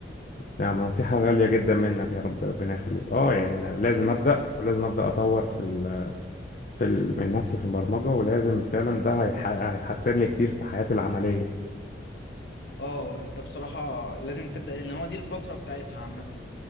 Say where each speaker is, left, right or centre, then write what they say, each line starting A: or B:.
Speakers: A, on the left (about 45°); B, on the left (about 65°).
A: نعم نصيحه غاليه جدا منك يا رب ربنا يخليك اه يعني انا لازم
B: ربنا يكرمك
A: ابدا ولازم ابدا اطور في ال... في ال... من نفسي في البرمجه ولازم فعلا ده هيح- هيحسن لي كتير في حياتي العمليه
B: اه انت بصراحة لازم تبدأ لان هو دي الفترة بتاعتها عامة